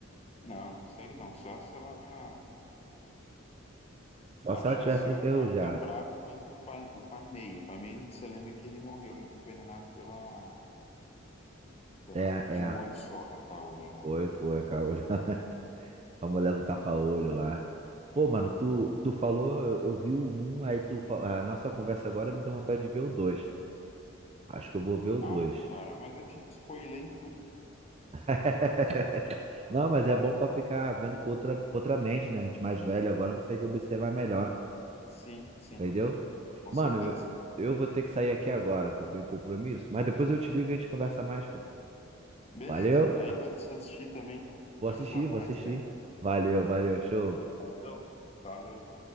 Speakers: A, on the left; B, on the right.
A: Não, não consegue não. Só se ela
B: Só
A: achasse
B: se ela tivesse
A: outro
B: enferrujada.
A: cara tão brabo quanto o pai, o pai meio. O pai meio, você lembra que ele morreu envenenado pela, pela
B: É,
A: de
B: é.
A: um olho só, a caolha lá.
B: Foi, foi, caô. <laughs> A mulher do tapa-olho lá. Pô,
A: Uhum.
B: mano, tu, tu falou, eu, eu vi o um, aí tu, fa- a nossa conversa agora me deu vontade de ver o dois. Acho que eu vou ver o dois.
A: Ai, cara, mas eu te spoilei em tudo.
B: <laughs> Não, mas é
A: Ah,
B: bom pra ficar vendo com outra, com outra mente, né? A gente mais velho agora consegue observar melhor,
A: Sim, sim,
B: entendeu?
A: com
B: Mano,
A: certeza.
B: eu, eu vou ter que sair aqui agora, que eu tenho um compromisso, mas depois eu te ligo e a gente conversa mais, pô.
A: Beleza,
B: Valeu!
A: aí quando você assistir também,
B: Vou
A: a
B: assistir,
A: gente troca
B: vou
A: mais
B: assistir.
A: ideia.
B: Valeu, valeu, show.
A: Valeu, falou.